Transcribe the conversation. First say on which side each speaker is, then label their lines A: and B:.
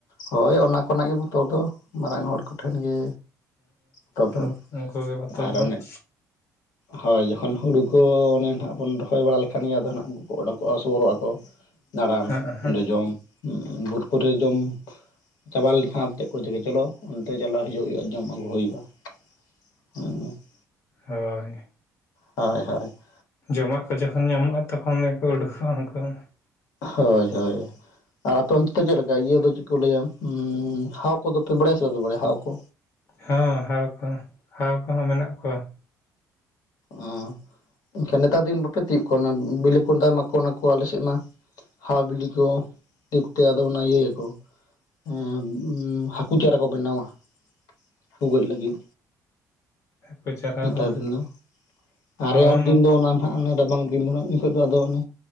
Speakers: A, on the left (about 65°); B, on the left (about 40°).
A: ᱦᱳᱭ ᱚᱱᱟ ᱠᱷᱚᱱᱟᱜ ᱜᱮ ᱵᱚᱛᱚᱨ ᱫᱚ ᱢᱟᱨᱟᱝ ᱦᱚᱲ ᱠᱚᱴᱷᱮᱱ ᱜᱮ ᱵᱚᱛᱚᱨ ᱫᱚ
B: ᱦᱮᱸ ᱩᱱᱠᱩ ᱜᱮ ᱵᱚᱛᱚᱨ
A: ᱟᱨ
B: ᱫᱚ
A: ᱚᱱᱮ
B: ᱾
A: ᱦᱳᱭ ᱡᱚᱠᱷᱚᱱ ᱦᱩᱲᱩ ᱠᱚ ᱚᱱᱮ ᱱᱟᱦᱟᱜ ᱵᱚᱱ ᱨᱚᱦᱚᱭ ᱵᱟᱲᱟ ᱞᱮᱠᱷᱟᱱ ᱜᱮ, ᱟᱫᱚ ᱱᱟᱜ ᱩᱱᱠᱩ ᱠᱚ ᱚᱰᱳᱠᱚᱜᱼᱟ ᱥᱚᱵᱚᱨᱚᱜᱼᱟ ᱠᱚ ᱾ ᱫᱟᱬᱟᱱ
B: ᱦᱮᱸ
A: ᱡᱚᱡᱚᱢ ᱵᱷᱩᱴ ᱠᱚᱨᱮ ᱡᱚᱢ ᱾ ᱪᱟᱵᱟᱣ ᱞᱮᱱᱠᱷᱟᱱ ᱪᱮᱫ ᱠᱚ ᱪᱤᱠᱭᱟ ᱪᱚᱞᱚ ᱚᱱᱛᱮ ᱪᱟᱞᱟᱣ ᱦᱤᱡᱩᱜ ᱦᱩᱭᱩᱜᱼᱟ ᱡᱚᱢ ᱟᱹᱜᱩ ᱦᱩᱭᱩᱜᱼᱟ ᱾ ᱦᱩᱸ ᱾
B: ᱦᱳᱭ᱾
A: ᱦᱳᱭ, ᱦᱳᱭ ᱾
B: ᱡᱚᱢᱟᱜ ᱠᱚ ᱡᱚᱠᱷᱚᱱ ᱧᱟᱢᱚᱜᱼᱟ ᱛᱚᱠᱷᱚᱱ ᱜᱮᱠᱚ ᱩᱰᱩᱠᱚᱜᱼᱟ ᱩᱱᱠᱩ ᱦᱚᱸ ᱾
A: ᱦᱚᱭ ᱦᱚᱭ ᱾ ᱟᱨ ᱟᱯᱮ ᱚᱱᱛᱮ ᱪᱮᱫ ᱞᱮᱠᱟ ᱤᱭᱟᱹ ᱫᱚ ᱪᱮᱫ ᱠᱚ ᱞᱟᱹᱭᱟ ᱦᱟᱣ ᱠᱚᱫᱚᱯᱮ ᱵᱟᱲᱟᱭᱟ ᱥᱮ ᱵᱟᱯᱮ ᱵᱟᱲᱟᱭᱟ ᱦᱟᱣ ᱠᱚ?
B: ᱦᱚᱸ ᱦᱟᱣ ᱠᱚ ᱦᱟᱣ ᱠᱚᱦᱚᱸ ᱢᱮᱱᱟᱜ ᱠᱚᱣᱟ ᱾
A: ᱚ ᱮᱱᱠᱷᱟᱱ ᱱᱮᱛᱟᱨ ᱫᱤᱱ ᱵᱟᱯᱮ ᱛᱤᱭᱩᱜ ᱠᱚᱣᱟ ᱚᱱᱟ ᱵᱤᱞᱤ ᱠᱚᱸᱫᱟ ᱢᱟᱠᱚ ᱚᱱᱟ ᱠᱚ ᱟᱞᱮᱥᱮᱜ ᱢᱟ ᱾ ᱦᱟᱣ ᱵᱤᱞᱤ ᱠᱚ ᱴᱩᱠᱛᱮ ᱟᱫᱚ ᱚᱱᱟ ᱤᱭᱟᱹᱭᱟᱠᱚ ᱾ ᱟᱸᱵ, ᱩᱸ ᱦᱟᱹᱠᱩ ᱪᱟᱨᱟ ᱠᱚ ᱵᱮᱱᱟᱣᱟ ᱾ ᱦᱟᱹᱠᱩ ᱜᱚᱡᱽ ᱞᱟᱹᱜᱤᱫ,
B: ᱦᱟᱹᱠᱩ ᱪᱟᱨᱟᱣᱟ
A: ᱱᱮᱛᱟᱨ ᱫᱤᱱ ᱫᱚ᱾ ᱟᱨ
B: ᱦᱚᱸ
A: ᱨᱮᱭᱟᱲ ᱫᱤᱱ ᱫᱚ ᱚᱱᱟ ᱱᱷᱟᱜ ᱚᱱᱮ ᱨᱟᱵᱟᱝ ᱩᱱ ᱡᱩᱠᱷᱟᱹᱡ ᱟᱫᱚ ᱚᱱᱮ